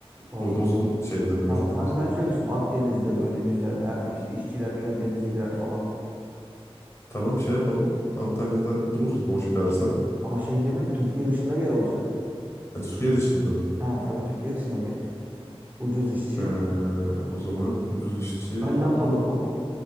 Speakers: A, on the right; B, on the left.
A: O
B: O
A: zaman.
B: bozulur şeyler, makineler.
A: Tamam. Hani ben şöyle düşündüm. Akdeniz'de böyle güzel. Hem işte işçiler gider denize girer falan.
B: Tamam şey yapalım. Antalya'da buluruz boş bir arsa.
A: Ama şey demedi Türkiye dışında bir yer olacak.
B: E, Türkiye dışında mı?
A: Ha tabii Türkiye dışında bir yer. Ucuz işçi.
B: Ee, o zaman ucuz işçi
A: Tayland olur mu?